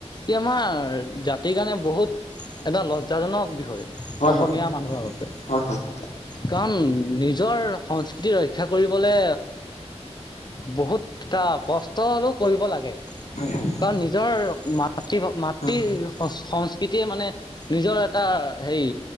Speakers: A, on the left; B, on the left.
A: ই আমাৰ জাতিৰ কাৰণে বহুত এটা লজ্জাজনক বিষয়।
B: হয়
A: অসমীয়া
B: হয়
A: মানুহৰ বাবে
B: হয় হয় হয়
A: কাৰণ নিজৰ সংস্কৃতি ৰক্ষা কৰিবলে বহুত এটা কষ্ট হলো কৰিব লাগে।
B: হয়
A: কাৰণ নিজৰ মাতৃ মাতৃ
B: হয়
A: সংস্কৃতিয়ে মানে নিজৰ এটা হে ৰি